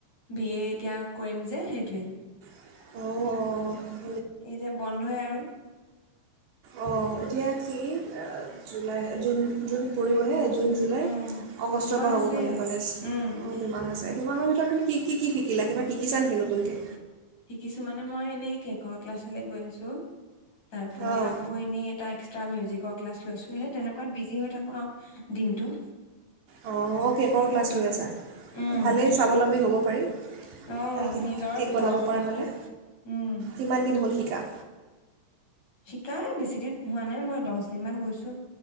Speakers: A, on the left (about 40°); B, on the right (about 70°).
A: বিএ এতিয়া কৰিম যে সেইটোৱে।
B: অ', অ'।
A: এতিয়া বন্ধই আৰু।
B: অ এতিয়া কি, জুলাই জুন-জুন পৰিবহে। জুন, জুলাই,
A: উম
B: আগষ্টৰ
A: দুমাহ
B: পৰা
A: আছে
B: হ'ব মানে কলেজ
A: উম
B: আৰু দুমাহ আছে। দুমাহৰ ভিতৰত তুমি কি-কি শিকিলা, কিবা শিকিছা নেকি নতুনকে?
A: শিকিছো মানে মই এনেই কেকৰ ক্লাছলৈ গৈ আছো। তাৰ পৰা
B: অঁ
A: আকৌ এনেই এটা এক্সট্ৰা মিউজিক পৰ ক্লাছ লৈছো হে তেনেকুৱাত বিজি হৈ থাকো আৰু দিনটো।
B: অ। কেকৰ ক্লাছ
A: উম
B: লৈ আছ,
A: উম
B: ভালেই স্বাৱলম্বী হ'ব পাৰি
A: অ নিজৰ
B: কেক
A: খৰচ
B: বনাব পৰা
A: এটা
B: হ'লে,
A: উম
B: কিমান দিন হ'ল শিক শিকা
A: শিকাই বেছি দিন হোৱা নাই, মই দহ দিন মান গৈছো।